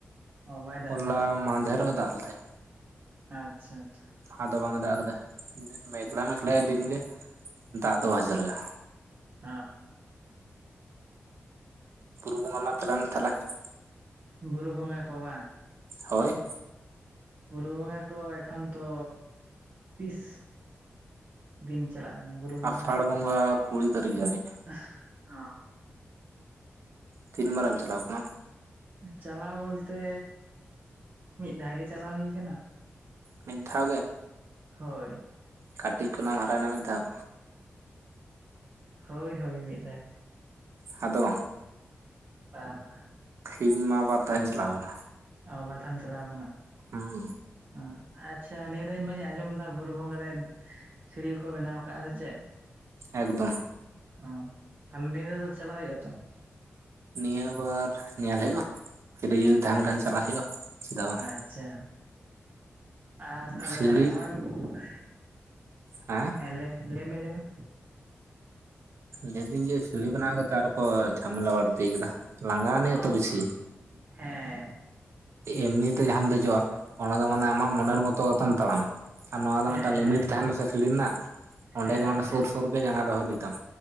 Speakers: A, on the right; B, on the right.
A: ᱚ ᱵᱟᱭ ᱫᱟᱜ
B: ᱦᱚᱞᱟ
A: ᱫᱟ
B: ᱢᱟᱫᱷᱮᱨᱚᱜ ᱫᱟᱜ ᱞᱮᱫᱟᱭ
A: ᱟᱪᱪᱷᱟ ᱟᱪᱪᱷᱟ
B: ᱟᱫᱚ ᱵᱟᱝ ᱮ ᱫᱟᱜ ᱠᱚᱫᱚ ᱢᱮᱜᱞᱟ
A: ᱦᱩᱸ
B: ᱢᱮᱜᱞᱟᱭ ᱫᱤᱱ ᱜᱮ ᱫᱟᱜ ᱫᱚ ᱵᱟᱭ ᱡᱚᱨᱚᱭᱟ
A: ᱟᱸ
B: <inaudible>
A: ᱵᱩᱨᱩ ᱵᱚᱸᱜᱟ ᱠᱚ ᱵᱟᱶ
B: ᱦᱳᱭ
A: ᱵᱩᱨᱩ ᱵᱚᱸᱜᱟ ᱠᱚ ᱮᱠᱷᱚᱱ ᱛᱚ ᱛᱤᱥ ᱫᱤᱱ ᱪᱟᱞᱟᱜ ᱠᱟᱱᱟ ᱵᱩᱨᱩ ᱵᱚᱸᱜᱟ
B: ᱟᱥᱟᱲ
A: ᱨᱮᱱᱟᱜ
B: ᱵᱚᱸᱜᱟ ᱠᱩᱲᱤ ᱛᱟᱨᱤᱠᱷ ᱡᱟᱹᱱᱤᱡ
A: ᱚ
B: ᱛᱤᱱ ᱢᱟᱨᱟᱝ ᱪᱟᱞᱟᱣ ᱠᱟᱱᱟᱢ
A: ᱪᱟᱞᱟᱣ ᱵᱚᱞᱛᱮ ᱢᱤᱫ ᱫᱷᱟᱣ ᱜᱮ ᱪᱟᱞᱟᱣ ᱦᱩᱭ ᱠᱟᱱᱟ
B: ᱢᱤᱫ ᱫᱷᱟᱣ ᱜᱮ
A: ᱦᱳᱭ
B: ᱠᱟᱹᱴᱤᱡ ᱠᱷᱚᱱᱟᱜ ᱦᱟᱨᱟᱭᱮᱱᱟ ᱢᱤᱫ ᱫᱷᱟᱣ
A: ᱦᱳᱭ ᱦᱳᱭ ᱢᱤᱫ ᱫᱷᱟᱣ ᱜᱮ
B: ᱟᱫᱚ
A: ᱵᱟᱝ ᱵᱟᱝ
B: ᱤᱧ ᱢᱟ ᱵᱟᱨ ᱫᱷᱟᱣᱤᱧ ᱪᱟᱞᱟᱣ ᱠᱟᱱᱟ
A: ᱚ ᱵᱟᱨᱫᱷᱟᱣ ᱮᱢ ᱪᱟᱞᱟᱣ ᱠᱟᱱᱟ
B: ᱦᱩᱸ
A: ᱚ ᱟᱪᱪᱷᱟ ᱱᱤᱭᱟᱹ ᱫᱷᱟᱣ ᱵᱟᱹᱧ ᱟᱸᱡᱚᱢ ᱫᱟ ᱵᱩᱨᱩ ᱵᱚᱸᱜᱟ ᱨᱮᱼᱼ ᱥᱤᱲᱤ ᱠᱚ ᱵᱮᱱᱟᱣ ᱠᱟᱫᱼᱟ ᱥᱮ ᱪᱮᱫ
B: ᱮᱠᱫᱚᱢ
A: ᱚ ᱛᱟᱦᱚᱞᱮ ᱱᱤᱭᱟᱹ ᱫᱷᱟᱣ ᱫᱚ ᱪᱟᱞᱟᱜ ᱦᱩᱭᱩᱜ-ᱟ ᱛᱚ
B: ᱱᱤᱭᱟᱹ ᱵᱟᱨ ᱧᱮᱞ ᱦᱩᱭᱩᱜᱼᱟ ᱯᱷᱤᱨᱤ ᱡᱩᱫᱤ ᱛᱟᱦᱮᱱ ᱠᱷᱟᱱ ᱪᱟᱞᱟᱜ ᱦᱩᱭᱩᱜᱼᱟ ᱪᱮᱫᱟᱜ ᱵᱟᱝ
A: ᱟᱪᱪᱷᱟ ᱟᱨ ᱛᱟᱞᱦᱮ
B: ᱥᱤᱲᱤ
A: ᱦᱚᱸᱜᱼᱚᱭᱼᱼ
B: ᱦᱮᱸ
A: ᱦᱮᱸ ᱞᱮ ᱞᱮᱭ ᱢᱮ ᱞᱮᱭ ᱢᱮ
B: ᱞᱮᱭ ᱫᱟᱹᱧ ᱡᱮ ᱥᱤᱲᱤ ᱵᱮᱱᱟᱣ ᱠᱟᱛᱮ ᱟᱨᱚ ᱠᱚ ᱡᱷᱟᱢᱮᱞᱟ ᱵᱟᱹᱲᱛᱤ ᱠᱮᱫᱟ ᱞᱟᱸᱜᱟ ᱟᱹᱱᱤᱡ
A: ᱚ
B: ᱟᱛᱚ ᱵᱤᱥᱤᱼᱼ
A: ᱦᱮᱸ
B: ᱮᱢᱱᱤ ᱛᱮ ᱡᱟᱦᱟᱸᱢ ᱫᱮᱡᱚᱜᱼᱟ ᱚᱱᱟ ᱫᱚ ᱢᱟᱱᱮ ᱟᱢᱟᱜ ᱢᱚᱱᱮᱨ ᱢᱚ ᱛᱚ ᱠᱟᱛᱮᱢ ᱛᱟᱲᱟᱢᱟ ᱟᱨ ᱱᱚᱣᱟ ᱫᱚ
A: ᱦᱮᱸ
B: ᱢᱤᱫᱴᱟᱝ ᱞᱤᱢᱤᱴ
A: ᱦᱮᱸ
B: ᱛᱟᱦᱮᱱᱟ ᱥᱮ ᱥᱤᱲᱤ ᱨᱮᱱᱟᱜ ᱚᱸᱰᱮ
A: ᱦᱮᱸ
B: ᱜᱮ ᱢᱟᱱᱮ ᱥᱩᱨᱼᱼ ᱥᱩᱨ ᱨᱮ ᱜᱮ ᱡᱟᱸᱜᱟ ᱫᱚᱦᱚ ᱤᱫᱤ ᱛᱟᱢ